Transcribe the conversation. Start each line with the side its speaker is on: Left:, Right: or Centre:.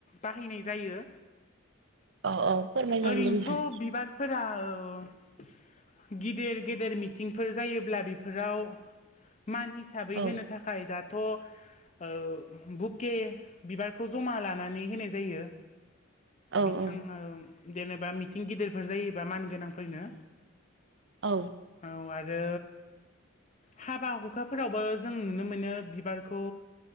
Left: बाहायनाय जायो।
Right: औ औ फोरमायजागोन
Left: ओरैनोथ'
Right: दे नोंथां
Left: बिबारफोरा ओ गिदिर गेदेर मिटिंफोर जायोब्ला बेफोराव मान हिसाबै
Right: औ
Left: होनो थाखाय दा थ' बुके बिबारखौ ज'मा लानानै होनाय जायो।
Right: औ
Left: बिथां
Right: औ
Left: ओ जेनेबा मिथिं गिदिरफोर जायोबा मानगोनांफोरनो।
Right: औ
Left: औ आरो हाबा हुखाफोरावबो जों नुनो मोनो बिबारखौ